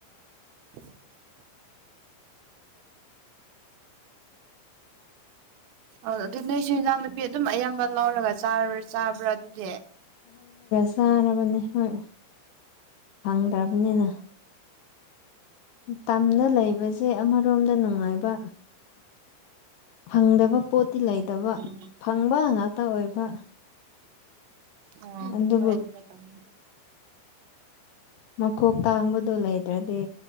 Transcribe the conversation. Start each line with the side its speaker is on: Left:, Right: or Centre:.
Right: <inaudible> ꯑ ꯑꯗꯨ ꯅꯣꯏꯁꯨ ꯏꯟꯖꯥꯡ ꯅꯨꯄꯤ ꯑꯗꯨꯝ ꯑꯌꯥꯝꯕ ꯂꯧꯔꯒ ꯆꯥꯕ꯭ꯔꯥ ꯆꯥꯕ꯭ꯔꯥ ꯑꯗꯨꯗꯤ
Left: ꯆꯥꯔꯕꯅꯦ ꯍꯣꯏ ꯐꯪꯗ꯭ꯔꯕꯅꯤꯅ
Right: ꯑꯣ
Left: ꯇꯝꯗꯥ ꯂꯩꯕꯁꯦ ꯑꯃꯔꯣꯝꯗ ꯅꯨꯡꯉꯥꯏꯕ ꯐꯪꯗꯕ ꯄꯣꯠꯇꯤ ꯂꯩꯇꯕ
Right: ꯎꯝ
Left: ꯐꯪꯕ ꯉꯥꯛꯇ ꯑꯣꯏꯕ
Right: ꯑꫭ
Left: ꯑꯗꯨꯕꯨ
Right: ꯍꯣꯏ ꯑꯗꯨꯃꯥꯏ ꯇꯧꯋꯤ
Left: ꯃꯈꯣꯛ ꯇꯥꯡꯕꯗꯨ ꯂꯩꯗ꯭ꯔꯗꯤ